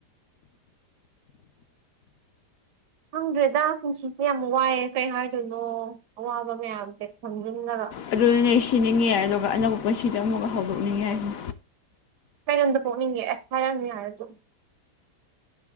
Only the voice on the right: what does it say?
ꯈꯪꯗ꯭ꯔꯦꯗ ꯄꯨꯟꯁꯤꯁꯦ ꯌꯥꯝ ꯋꯥꯏꯑꯦ ꯀꯩ ꯍꯥꯏꯗꯣꯏꯅꯣ ꯑꯋꯥꯕ ꯃꯌꯥꯝꯁꯦ ꯊꯝꯖꯤꯟꯅꯕ
ꯀꯩ ꯂꯝꯗ ꯄꯣꯛꯅꯤꯡꯒꯦ ꯑꯁ ꯍꯥꯏꯔꯛꯑꯅꯨ ꯌꯥꯔꯦ ꯇꯣꯛ